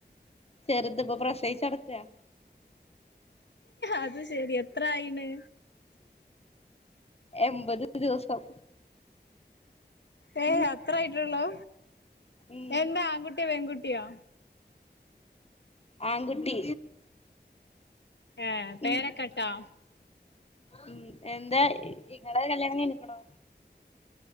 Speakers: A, on the left; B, on the left.
A: ചെറ്ത്. ഇപ്പൊ പ്രസവിച്ചടക്കാ
B: അത് ശെരി. എത്രായിണ്
A: എൺപത് ദിവസം
B: ഏഹ്
A: ഉം
B: അത്ര ആയിട്ടുള്ളു
A: ഉം
B: എന്താ ആങ്കുട്ടിയോ പെങ്കുട്ടിയോ
A: ആൺകുട്ടി
B: ഏ പേരൊക്കെട്ടോ
A: ഉം ഉം എന്താ ഇങ്ങടെ കല്യാണം കയ്ഞ്ഞിക്കണോ